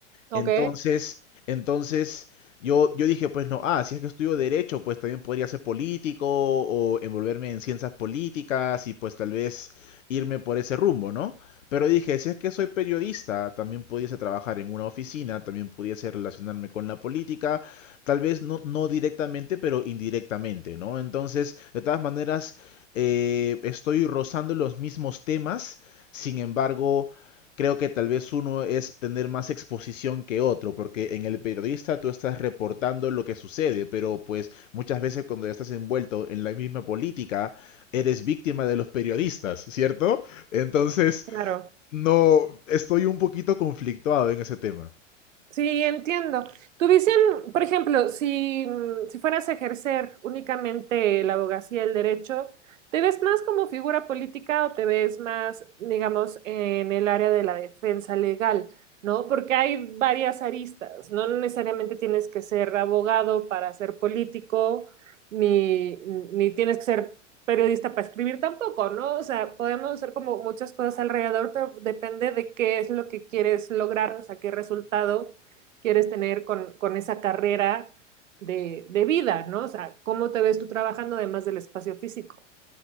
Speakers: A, on the right; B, on the left.
A: Ok,
B: Entonces, entonces yo, yo dije, pues no, ah, si es que estudio derecho, pues también podría ser político o envolverme en ciencias políticas y pues tal vez irme por ese rumbo, ¿no? Pero dije, si es que soy periodista, también pudiese trabajar en una oficina, también pudiese relacionarme con la política, tal vez no, no directamente, pero indirectamente, ¿no? Entonces, de todas maneras, eh, estoy rozando los mismos temas, sin embargo, creo que tal vez uno es tener más exposición que otro, porque en el periodista tú estás reportando lo que sucede, pero pues muchas veces cuando ya estás envuelto en la misma política, eres víctima de los periodistas, ¿cierto? Entonces,
A: claro.
B: no, estoy un poquito conflictuado en ese tema.
A: Sí, entiendo. Tuviesen, por ejemplo, si, mm, si fueras a ejercer únicamente la abogacía, el derecho, ¿te ves más como figura política o te ves más, digamos, en el área de la defensa legal, ¿no? Porque hay varias aristas, no necesariamente tienes que ser abogado para ser político, ni, ni tienes que ser periodista para escribir tampoco, ¿no? O sea, podemos hacer como muchas cosas alrededor, pero depende de qué es lo que quieres lograr, o sea, qué resultado quieres tener con, con esa carrera de, de, vida, ¿no? O sea, ¿cómo te ves tú trabajando además del espacio físico?